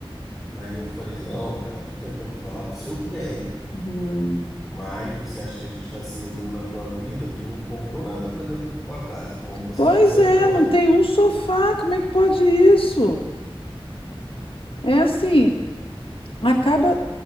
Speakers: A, in the centre; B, on the left (about 70°).
A: Aí eu falei, não, cara, eu tô tentando falar pro seu bem,
B: Hum.
A: mas você acha que a gente tá se metendo na tua vida? Tu não comprou nada pra dentro da tua casa, como você
B: Pois
A: tá dizendo
B: é,
A: agora.
B: não tem um sofá, como é que pode isso? É assim, acaba